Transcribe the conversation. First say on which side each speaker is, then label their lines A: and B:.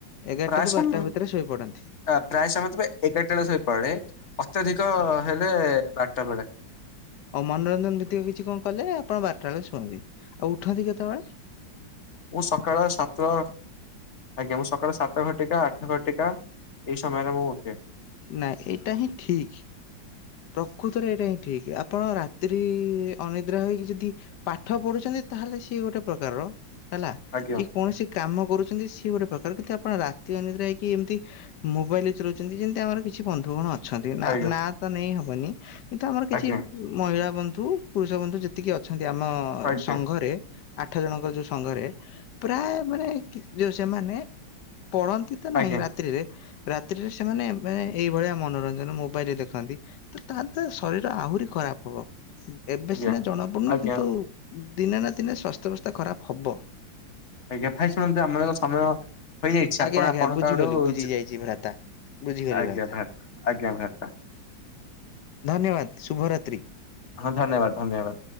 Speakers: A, on the left; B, on the left.
A: ଏଗାରଟାରୁ
B: ପ୍ରାୟ ସମ
A: ବାରଟା ଭିତରେ ଶୋଇପଡ଼ନ୍ତି?
B: ଆ ପ୍ରାୟେ ସମୟ ତ ପୁରା ଏଗାରଟା ବେଳେ ଶୋଇପଡେ ଅତ୍ୟଧିକ ହେଲେ ବାରଟା ବେଳେ।
A: ଆଉ ମନୋରଞ୍ଜନ ଭିତ୍ତିକ କିଛି କଣ କଲେ ଆପଣ ବାରଟା ବେଳେ ଶୁଅନ୍ତି ଆଉ ଉଠନ୍ତି କେତେବେଳେ?
B: ମୁଁ ସକାଳ ସାତଟା ଆଜ୍ଞା ମୁଁ ସକାଳ ସାତ ସାତ ଘଟିକା ଆଠ ଘଟିକା ଏଇ ସମୟରେ ମୁଁ ଉଠେ।
A: ନାଇଁ ଏଇଟା ହିଁ ଠିକ। ପ୍ରକୃତରେ ଏଇଟା ହିଁ ଠିକ ଆପଣ ରାତ୍ରି ଅନିଦ୍ରା ହୋଇକି ଯଦି ପାଠ ପଢୁଚନ୍ତି ତାହେଲେ ସିଏ ଗୋଟେ ପ୍ରକାରର ହେଲା
B: ଆଜ୍ଞା
A: କି କୌଣସି କାମ କରୁଚନ୍ତି ସିଏ ଗୋଟେ ପ୍ରକାର କିନ୍ତୁ ଆପଣ ରାତି ଅନିଦ୍ରା ହେଇକି ଏମତି ମୋବାଇଲି ଚଲୋଉଚନ୍ତି ଯେନ୍ ତି ଆମର କିଛି ବନ୍ଧୁଗଣ ଅଛନ୍ତି ନାଆ
B: ଆଜ୍ଞା
A: ନାଆ ତ ନେଇ ହବନି କିନ୍ତୁ ଆମର କିଛି
B: ଆଜ୍ଞା
A: ମହିଳା ବନ୍ଧୁ ପୁରୁଷ ବନ୍ଧୁ ଯେତିକି ଅଛନ୍ତି ଆମ
B: ଆଜ୍ଞା
A: ସଂଘରେ ଆଠ ଜଣଙ୍କ ଯୋଉ ସଂଘରେ ପ୍ରାୟ ମାନେ କି ଯୋଉ ସେମାନେ ପଢନ୍ତି ତ ନାଇଁ
B: ଆଜ୍ଞା
A: ରାତ୍ରିରେ ରାତ୍ରିରେ ସେମାନେ ମାନେ ଏଇଭଳିଆ ମନୋରଞ୍ଜନ ମୋବାଇଲ ଦେଖନ୍ତି ତ ତା ଦ୍ଵାରା ଶରୀର ଆହୁରି ଖରାପ ହବ। ଏବେ ସିନା
B: ଆଜ୍ଞା
A: ଜଣାପଡୁନି
B: ଆଜ୍ଞା
A: କିନ୍ତୁ ଦିନେ ନା ଦିନେ ସ୍ୱାସ୍ଥ୍ୟ ଅବସ୍ଥା ଖରାପ ହବ।
B: ଆଜ୍ଞା ଭାଇ ଶୁଣନ୍ତୁ ଆମର ଏକ ସମୟ ହୋଇଯାଇଛି ଆପଣ
A: ଆଜ୍ଞା ଆଜ୍ଞା
B: ଆପଣଙ୍କ
A: ବୁଝିଗଲି
B: ଆଡୁ
A: ବୁଝି
B: ଯୁ
A: ଯାଇଛି ଭ୍ରାତା ବୁଝିଗଲି
B: ଆଜ୍ଞା
A: ଭ୍ରାତା
B: ଭ୍ରା ଆଜ୍ଞା ଭ୍ରତା।
A: ଧନ୍ୟବାଦ ଶୁଭରାତ୍ରି।
B: ହଁ ଧନ୍ୟବାଦ ଧନ୍ୟବାଦ।